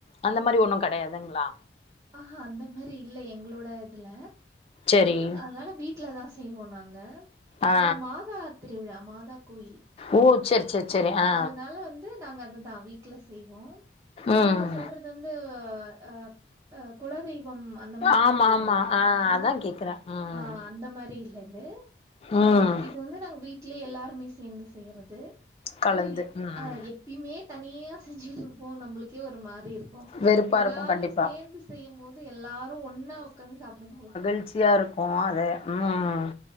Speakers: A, on the left (about 35°); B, on the right (about 20°).
A: அந்த மாரி ஒண்ணும் கெடையாதுங்ளா
B: அ அ அந்த மேரி இல்ல எங்ளோட இதுல
A: செரி
B: அதனால வீட் ட்ல தா செய்வோம்னாங்க
A: ஆ
B: இது மாதா திருவிழா மாதா கோயில்
A: ஓ செரி செரி செரி ஆ
B: அதனால ந்து நாங்க அதுதா வீட்ல செய்வோம்
A: ம்
B: நீங்க சொல்றது வந்து அ அ குலதெய்வம் அந்த மாரி
A: ஆமா
B: சொல்றீங்க
A: ஆமா ஆ
B: கரெக்டுங்களா
A: அதா கேக்குறே ம்
B: ஆ அந்த மாரி இல்ல இது
A: ம்
B: அ இ து வந்து நாங்க வீட்லயே எல்லாருமே சேந்து செய்யறது
A: கலந்து
B: அதும் எ
A: ம்
B: எட் ப்பியுமே தனியா செஞ்சுட்டு இருப்போம் நம்ளுக்கே ஒரு மாரி இருக்கும்
A: வெறுப்பா
B: எல்லாரும்
A: இருக்கு கண்டிப்பா
B: சேந்து செய்யும் போது எல்லாரும் ஒன்னா ஒக்காந்து சாப்டும் போது
A: ளிர்ச்சியா இருக்கும் அது ம்